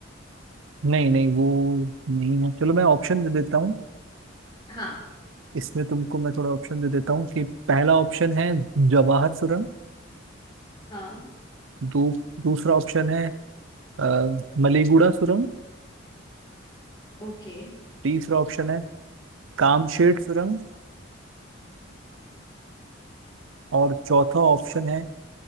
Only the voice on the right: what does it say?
नहीं नहीं वो नहीं है चलो मैं ऑप्शन दे देता हूँ
इसमें तुमको मैं थोड़ा ऑप्शन दे देता हूँ कि पहला ऑप्शन है जवाहर सुरंग
दू, दूसरा ऑप्शन है अ, मलीगुड़ा सुरंग
तीसरा ऑप्शन है कामशेट सुरंग और चौथा ऑप्शन है